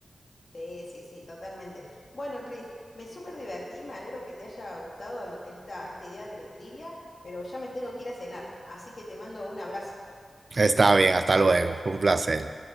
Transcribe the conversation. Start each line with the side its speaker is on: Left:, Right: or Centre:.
Left: Sí, sí, sí, totalmente. Bueno, Cris, me súper divertí, me alegro que te haya gustado el- esta, esta idea de la trivia, pero ya me tengo que ir a cenar, así que te mando un abrazo.
Right: Está bien, hasta luego. Fue un placer.